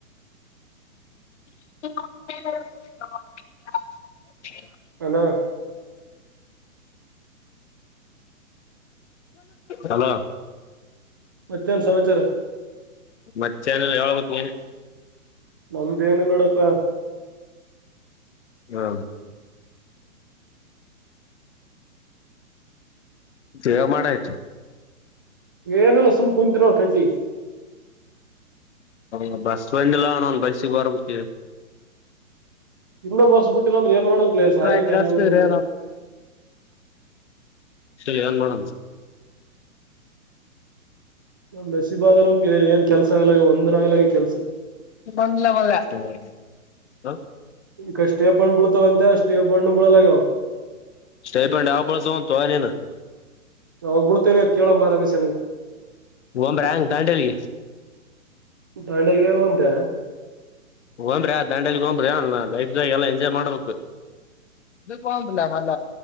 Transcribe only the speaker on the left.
<unintelligible>
ಹಲೋ
ಮತ್ತೆ ನಲ್ಲ ಹೇಳ್ಬೇಕ ನೀ
ಹಾ ಜವ ಮಾಡ ಆಯ್ತು
ಹ ಬಸ್ ಬಂದಿಲ್ಲಣ ಒನ್ ಬೈಸಿಗೆ ಬರಬೇಕಕ್ಕೆ ಇ
ಸರ್ಪ್ರೈಸ್
ಜಾಸ್ತಿ
ರೀ ಷರಿ ಎನ್ ಮಾಡನ್
ಬಂದಲ <unintelligible>
ಸ್ಟೇಪೌಂಡ್ ಯಾವಾಗ ಬೀಳತ್ತಂತೆ ನೀನು
ಒಬ್ರ ಹೆಂಗ್ ದಾಂಡೇಲಿಗೆ
ಹೋಗ್ನ್ ರೇ ದಾಂಡೇಲಿ ಹೋಗನ್ ರೇ ಅ ಲೈಫ್ ದಾಗ ಎಲ್ಲಾ ಎಂಜಾಯ್ ಮಾಡ್ಬೇಕು ತ ಕ ಬಲಾ ಭಲ